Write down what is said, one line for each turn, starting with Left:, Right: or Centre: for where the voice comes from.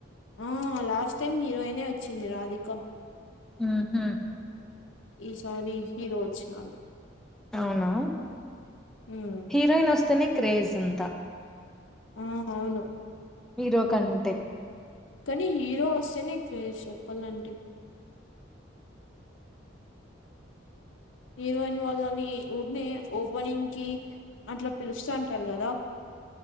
Left: ఆ లాస్ట్ టైమ్ హీరోయినే వచ్చింది. రాధిక
Centre: ఉహు
Left: ఈ సారికి రోజ్నాల్
Centre: అవునా
Left: ఉమ్
Centre: హీరోయిన్ వస్తేనే క్రేజ్ంతా
Left: ఆ అవును
Centre: హీరో కంటే
Left: కానీ హీరో వస్తేనే, క్రేష్ చెప్పాలంటే హీరోయిన్ వాళ్ళని <unintelligible> ఓపెనింగ్ కి అట్లా పిలుస్తా అంటారు. కదా